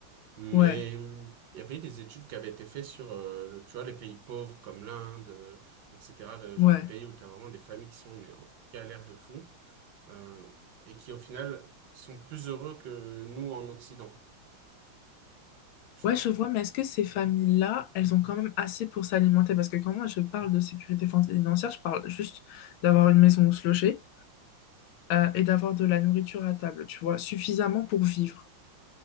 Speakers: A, on the right (about 65°); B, on the left (about 85°).
A: Mais
B: Ouais,
A: hum, il y avait des études qui avaient été faites sur, euh, le- tu vois, les pays pauvres comme l'Inde, euh, etc. de- genre
B: ouais.
A: des pays où tu as vraiment des familles qui sont mais en galère de fou euh, et qui au final sont plus heureux que nous en Occident, tu
B: Ouais,
A: vois.
B: je vois, mais est-ce que ces familles-là, elles ont quand même assez pour s'alimenter? Parce que quand moi je parle de sécurité financière, je parle juste d'avoir une maison où se loger euh, et d'avoir de la nourriture à table, tu vois, suffisamment pour vivre.